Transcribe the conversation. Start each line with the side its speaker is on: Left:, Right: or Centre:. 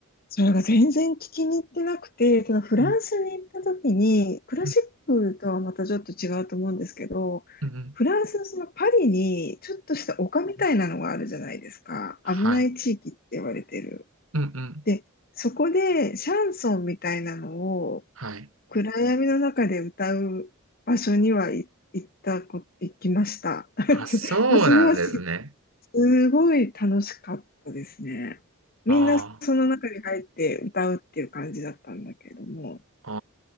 Left: それが全然聞きに行ってなくて、そのフランスに行った時に、
Right: うん
Left: クラシックとはまたちょっと違うと思うんですけど、
Right: うんうんうん
Left: フランスのそのパリにちょっとした丘みたいなのがあるじゃないですか。
Right: はい。
Left: 危ない地域って言われてる。
Right: うんうん。
Left: で、そこでシャンソンみたいなのを
Right: はい。
Left: 暗闇の中で歌う場所にはい行ったこ、行きました。<laughs>
Right: あ、そうなんですね。
Left: それはすすごい楽しかったですね。みんなその中に入って歌うっていう感じだったんだけれども。
Right: ああ、